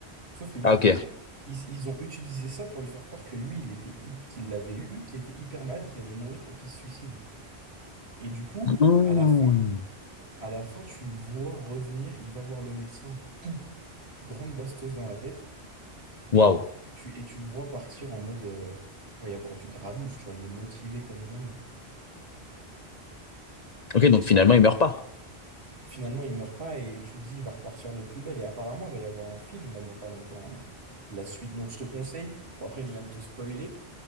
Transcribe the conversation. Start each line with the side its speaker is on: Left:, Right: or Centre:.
Right: Sauf que du
Left: Ah,
Right: coup,
Left: ok.
Right: ils, ils ont utilisé ça pour lui faire croire que lui, il était, hy- qu'il l'avait eu, qu'il était hyper malade et qu'il allait mourir pour qu'il se suicide. Et du coup,
Left: Mmh.
Right: à la fin, à la fin, tu le vois revenir, il va voir le médecin, poum, grande bastos dans la tête,
Left: Waouh.
Right: tu, et tu le vois partir en mode, euh, va y avoir du grabuge, tu vois, il est motivé comme jamais.
Left: Ok, donc
Right: Tu
Left: finalement,
Right: vois.
Left: il meurt pas.
Right: Finalement, il meurt pas et tu te dis, il va repartir de plus belle. Et apparemment, il va y avoir un film là dans pas longtemps, hein, de la suite. Donc, je te conseille. Bon, après, je viens de te spoiler,